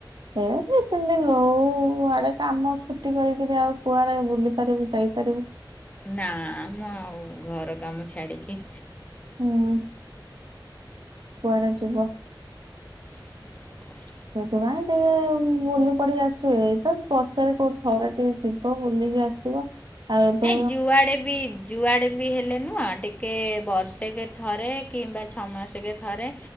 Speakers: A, on the right; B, on the left.
A: ଏଇୟା ଟିକେ ତିନି ଦିନ ରହୁ ଆଡେ କାମ ଛୁଟି କରିକିରି ଆଉ କୁଆଡେ ବୁଲି ପାରିବି ଯାଇପାରିବି?
B: ନା ମ ଆଉ ଘର କାମ ଛାଡିକି।
A: ହୁଁ। କୁଆଡେ ଯିବ?
B: ହ <inaudible>
A: ସେଥିପାଇଁ ଟିକେ ବୁଲି ପଡିକି ଆସିବ ଏଇ ତ ବର୍ଷାରେ କୋଉ ଥରେ ଟିକେ ଯିବ ବୁଲି କି ଆସିବ। ଆଉ ଏବେ
B: ଏଇ ଯୁଆଡେ ବି ଯୁଆଡେ ବି ହେଲେ ନୁହଁ ଟିକେ ବର୍ଷେକେ ଥରେ କିମ୍ବା ଛଅ ମାସେକେ ଥରେ